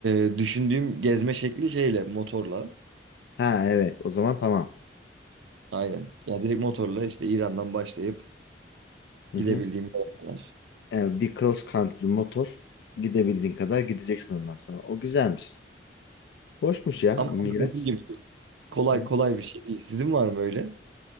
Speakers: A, on the right (about 85°); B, on the left (about 65°).
A: e, düşündüğüm gezme şekli şeyle motorla.
B: Ha evet o zaman tamam.
A: Aynen. Ya direkt motorla işte İran'dan başlayıp
B: Hı
A: gidebildiğim
B: hı.
A: yere kadar.
B: Yani bir cross country motor gidebildiğin kadar gideceksin ondan sonra. O güzelmiş. Hoşmuş ya
A: Ama
B: Miraç.
A: dediğim gibi kolay
B: Hı hı.
A: kolay bir şey değil. Sizin var mı öyle?